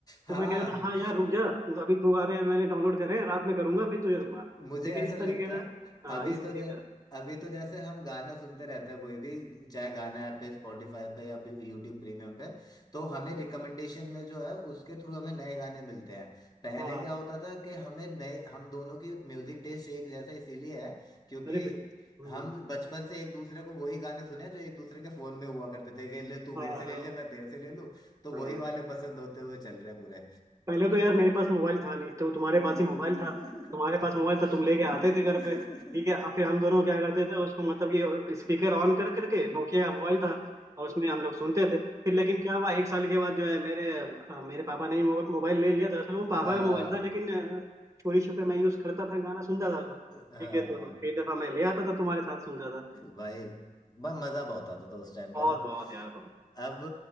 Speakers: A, on the left; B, on the right.
A: हाँ
B: तो मैं कह रहा था हाँ यार रुक जा तो अभी दोबारा मैंने डाउनलोड करे हैं, रात में
A: <laughs>
B: करूंगा फिर तुझे दूंगा
A: मुझे
B: ठीक
A: ऐसा
B: है इस
A: लगता
B: तरीके
A: है
B: से हाँ
A: अभी
B: इस
A: तो
B: तरीके
A: जै,
B: से
A: अभी तो जैसे हम गाना सुनते रहते हैं कोई भी चाहे गाना ऐप पे स्पॉटिफाई पे या यूट्यूब प्रीमियम पे तो हमें रिकमेंडेशन में जो है उसके थ्रू हमें नए गाने मिलते हैं पहले
B: हाँ
A: क्या होता था कि हमें नए हम दोनों की म्यूजिक टेस्ट एक जैसा इसीलिए है क्योंकि
B: अरे बिल्कुल
A: हम
B: हम्म,
A: बचपन से एक दूसरे को वही गाने सुने हैं जो एक दूसरे के फोन में हुआ करते थे कि ले तू मेरे
B: हाँ
A: से ले
B: हाँ
A: ले मैं तेरे से ले लूं तो वही
B: हाँ
A: वाले पसंद होते हुए चल रहे हैं पूरे
B: पहले तो यार मेरे पास मोबाइल था नहीं तो तुम्हारे
A: <laughs>
B: पास ही मोबाइल था तुम्हारे पास मोबाइल था तुम लेके
A: भाई
B: आते थे घर पे ठीक है अब फिर हम दोनों क्या करते थे उसको मतलब कि स्पीकर ऑन कर करके नोकिया का मोबाइल था और उसमें हम लोग सुनते थे फिर लेकिन क्या हुआ एक साल के बाद जो है मेरे अ, मेरे पापा ने ही मोब- मोबाइल ले लिया दरअसल वो पापा
A: हाँ
B: का मोबाइल था लेकिन अ, चोरी छुपे मैं यूज करता था गाना सुनता था उसमें
A: हाँ
B: ठीक है तो कई दफा मैं ले आता था तुम्हारे साथ सुनता था
A: भाई ब- मजा बहुत आता था उस टाइम पे
B: बहुत
A: ना
B: बहुत यार बहुत
A: अब